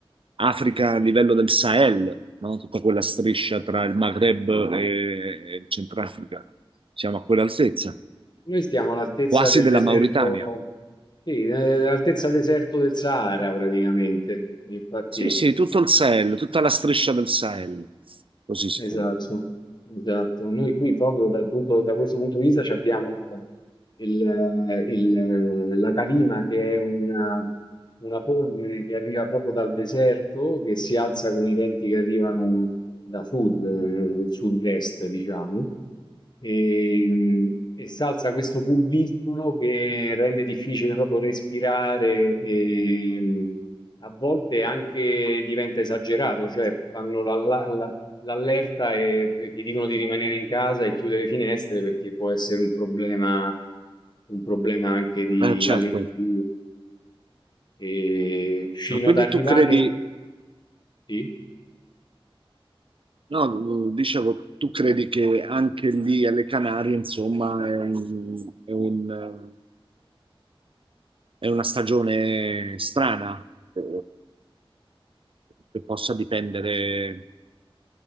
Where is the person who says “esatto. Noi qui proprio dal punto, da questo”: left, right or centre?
Left